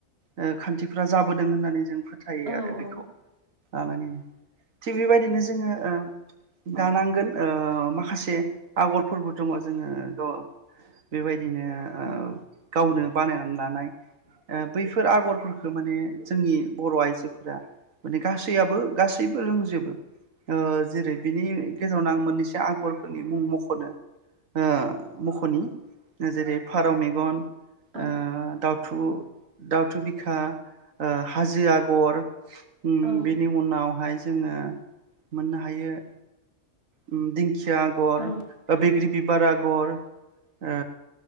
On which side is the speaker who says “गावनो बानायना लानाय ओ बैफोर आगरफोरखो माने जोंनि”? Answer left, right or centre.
Right